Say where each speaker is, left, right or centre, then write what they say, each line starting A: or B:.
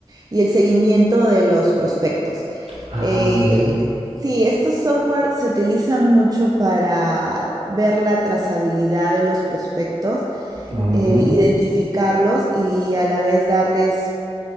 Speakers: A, on the right; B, on the right.
A: y el seguimiento de los prospectos.
B: Ah,
A: Eh,
B: muy bien.
A: sí, estos software se utilizan mucho para ver la trazabilidad de los prospectos,
B: Mm.
A: eh, identificarlos y a la vez darles